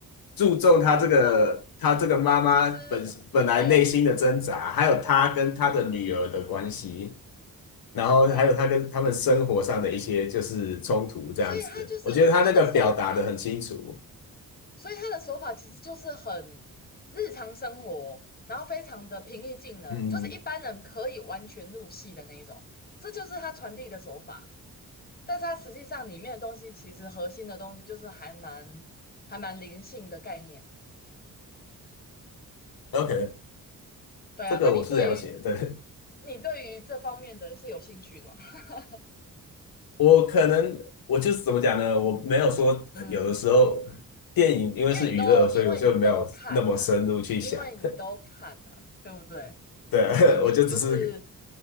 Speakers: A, on the left; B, on the left.
A: 注重他这个他这个妈妈本本来内心的挣扎，
B: 我知道啦。其实对
A: 还有他跟他的女儿的关系。然后还有他跟他们生活上的一些就是冲突这样子，
B: 对，所以他就是他的手法。
A: 我觉得他那个表达的很清楚。
B: 所以他的手法其实就是很日常生活，然后非常的平易近人，
A: 嗯，
B: 就是一般人可以完全入戏的那一种。这就是他传递的手法，但是他实际上里面的东西，其实核心的东西就是还蛮还蛮灵性的概念。
A: OK，
B: 对啊，
A: 这个我是了解的，
B: 那你对于
A: 对，
B: 你对于这方面的是有兴趣的吗？<laughs>
A: 我可能我就是怎么讲呢？我没有说呃有的时候电影因为是娱乐，
B: 嗯。因为你都因为你都看呐、
A: 所以我就没有那么深入去想。
B: 因为你都看呐、
A: <laughs>
B: 对不对？
A: 对，
B: 其实你就是
A: <laughs> 我就只是